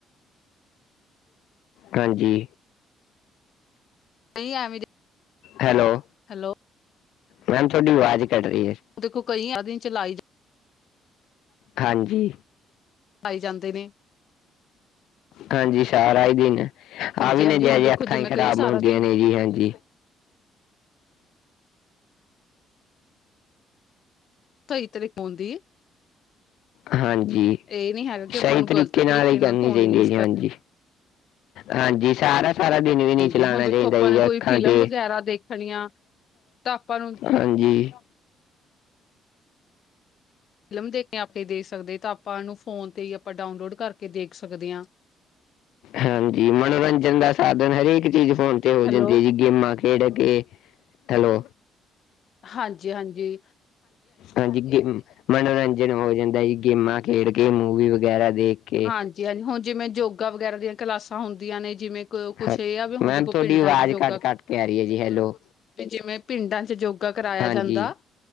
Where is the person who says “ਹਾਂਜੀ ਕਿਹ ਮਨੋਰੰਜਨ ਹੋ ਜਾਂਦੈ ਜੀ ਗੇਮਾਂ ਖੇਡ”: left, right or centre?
Left